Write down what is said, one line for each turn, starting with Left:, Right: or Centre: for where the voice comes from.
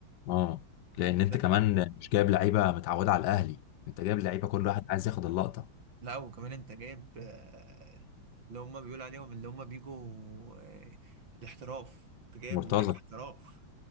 Left: اه لان انت
Right: ب-
Left: كمان مش جايب لعيبه متعوده على الاهلي انت جايب لعيبه كل واحد عايز ياخد اللقطه
Right: لا وكمان انت جايب آه، اللي هم بيقولوا عليهم اللي هم بيجوا آه، الاحتراف انت جايب
Left: مرتزق
Right: لعيبه احتراف